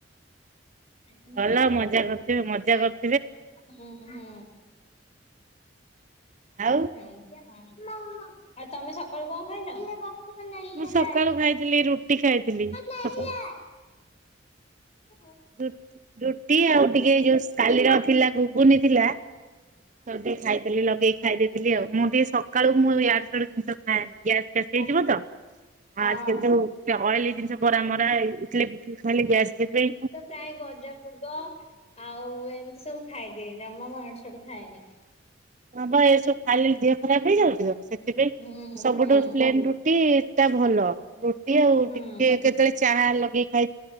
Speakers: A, on the left; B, on the right.
A: ଏମିତି
B: ଭଲ
A: ଆଉ
B: ମଜା କରୁଥିବେ, ମଜା କର
A: ହୁଁ ହୁଁ।
B: ଆଉ?
A: ଏମିତିଆ, ଆଉ ଆଉ ତମେ ସକାଳୁ କଣ ଖାଇଲ?
B: ମୁଁ ସକାଳୁ ଖାଇଥିଲି ରୁଟି ଖାଇଥିଲି
A: <unintelligible>
B: ସକାଳୁ
A: ହଁ ହଁ।
B: ରୁ ରୁଟି ଆଉ ଟିକେ ଯୋଉ କାଲିର ଥିଲା ଘୁଗୁନି ଥିଲା ତାକୁ ଟିକେ ଖାଇଥିଲି ଲଗେଇ ଖାଇ ଦେଇଥିଲି ଆଉ, ମୁଁ ଟିକେ ସକାଳୁ ମୁଁ ଆଡ଼ୁସାଡ଼ୁ ଜିନିଷ ଖାଏନି। ଗ୍ୟାସ୍ ଫ୍ୟାସ୍
A: ହଁ।
B: ହେଇଯିବତ ଆଁ
A: ହଁ।
B: ଆଜିକାଲି ଯୋଉ ଅଏଲି ଜିନିଷ ବରା ମରା, ଇଟିଲି ଫିଟିଲି ଖାଇଲେ ଗ୍ୟାସ୍ ବି
A: ପ୍ରାୟେ ଗଜା ମୁଗ ଆଉ ଏମିତି ସବୁ ଖାଇଦିଏ, ଜମା ମୁଁ ଆଡ଼ୁସାଡ଼ୁ ଖାଏନି।
B: ହଁବା ଏସବୁ ଖାଇଲେ ଦେହ ଖରାପ୍ ହେଇଯାଉଚି ତ, ସେଥିପାଇଁ
A: ହୁଁ
B: ସବୁଠୁ
A: ହୁଁ
B: ପ୍ଲେନ୍ ରୁଟିଟା ଭଲ ରୁଟି ଆଉ
A: ହୁଁ।
B: ଟିକେ କେତେବେଳେ ଚାହା ଲଗେଇ